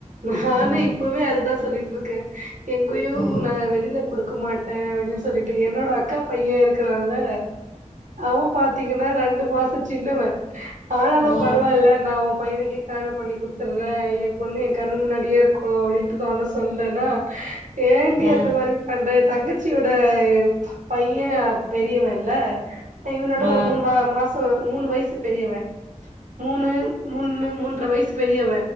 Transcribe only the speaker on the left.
ம்
ம்
ம்
ம்
ஆ ஆ